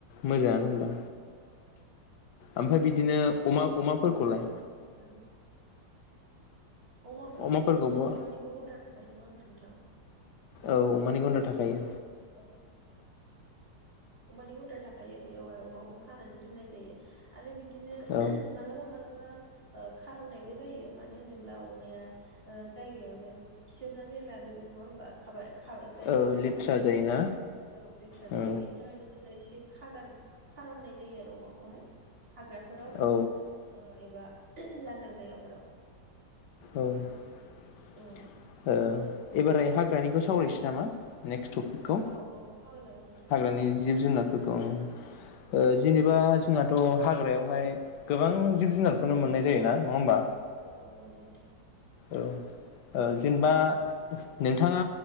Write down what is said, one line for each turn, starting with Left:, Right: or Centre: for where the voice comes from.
Left: मोजाङानो होमबा ओमफ्राय
Right: औ
Left: बिदिनो अमा अमाफोरखौलाय
Right: अब्ला औ, अमाखौबोथ'
Left: अमाफोरखौबो
Right: बिदिनो
Left: औ
Right: अमानिबो गन्द्रा था नङा होनबा नोंथां
Left: औ अमानि गन्द्रा थाखायो।
Right: औ अमानि गन्द्रा थाखायो बेयावहाय अमाखौ खानानै दोननाय जायो। आरो बिदिनो
Left: औ
Right: मालाबा माला ओ खार'ननायबो जायो मानो होनोब्ला अमाया ओ जायगायावनो खिसोबनानै लाजोबो नङा होमबा खाबा खाबा जाय
Left: औ
Right: जायगायाव
Left: लेथ्रा
Right: खायो।
Left: जायोना
Right: औ लेथ्रा
Left: औ
Right: जायो बेनि थाखायनो जोङो इसे खागार खार'ननाय जायो आरो अमाखौहाय। हाग्राफोराव
Left: औ
Right: ओ एबा लांदां जायगाफोराव
Left: औ ओ
Right: औ
Left: एबारै हाग्रानिखौ सावरायनोसै नामा नेक्स टप खौ
Right: औ औ सावरायजागोन नोंथां
Left: हाग्रानि जिब जुनारफोरखौ ओ जेनेबा जोंहाथ' हाग्रायाव ओमफाय गोबां जिब जुनारखौनो मोननाय जायो ना नङा होमबा
Right: औ औ मोनो नोंथां
Left: औ औ जेनेबा नोंथाङा